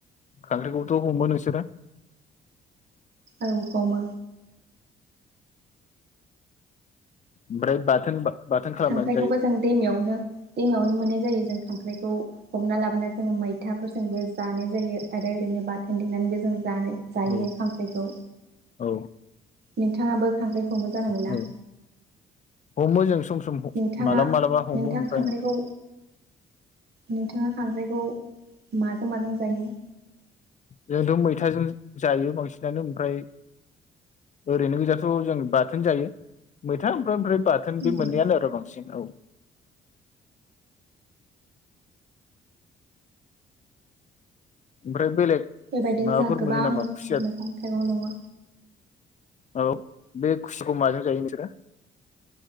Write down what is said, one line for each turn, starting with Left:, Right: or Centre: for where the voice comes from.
Left: खांख्रायखौबोथ हमो नोंसोरो?
Right: औ हमो।
Left: ओफ्राय बाथोन बाथोन खालामनानै
Right: खांख्राइखौबो जों दैमायावनो दैमायावनो मोननाय जायो जों खांख्राइखौ हमना लाबोना जोंङो मैथाफोरजोंबो जानाय जायो। आरो ओरैनो बाथोन देनानैबो जों जानो जायो
Left: औ
Right: खांख्राइखौ।
Left: औ
Right: नोंथाङाबो खांख्राय हमो जानांगौ
Left: औ
Right: ना।
Left: हमो जों सम सम
Right: नोंथाङा
Left: मालाबा मालाबा हमो
Right: नोंथां
Left: ओमफाय
Right: खांख्राइखौ
Left: ओम।
Right: नोंथाङा खांख्राइखौ माजों माजों जायो।
Left: जोहाथ मैथाजों जायो बांसिनानो ओमफ्राय ओरैनो गोजाथ जों बाथोन जायो मैथा ओमफ्राय ओमफ्राय बाथोन बे
Right: नंगौ
Left: मोनैयानो आरो बांसिन औ। ओमफ्राय बेलेग
Right: बेबायदिनो
Left: माबाफोर
Right: जोंहा गोबां
Left: मोनो नामा खुसिया
Right: मैगं थाइगं दङ'।
Left: औ बे खुसिखौ माजों जायो नोंसोरो